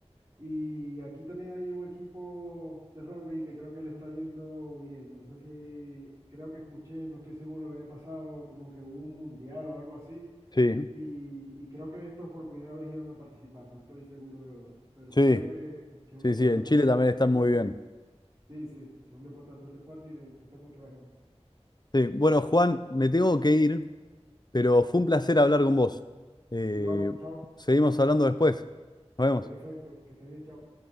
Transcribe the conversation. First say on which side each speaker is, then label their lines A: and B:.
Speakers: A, on the right; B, on the left.
A: y aquí también hay un equipo de rugby que creo que le está yendo bien. No sé si, creo que escuché, no estoy seguro, el año pasado como que hubo un mundial o algo así
B: Sí,
A: Y, y creo que estos por primera vez iban a participar, no estoy seguro de verdad. Pero
B: sí,
A: sí veo que, que es un
B: sí,
A: deporte
B: sí, en
A: bastante
B: Chile también están
A: fuerte.
B: muy bien.
A: Sí, sí, que es un deporte bastante fuerte y le gusta mucho a la gente.
B: Sí, bueno, Juan, me tengo que ir, pero fue un placer hablar con vos. Eh,
A: Igual, chao.
B: seguimos hablando después. Nos vemos.
A: Perfecto, que estés bien, chao.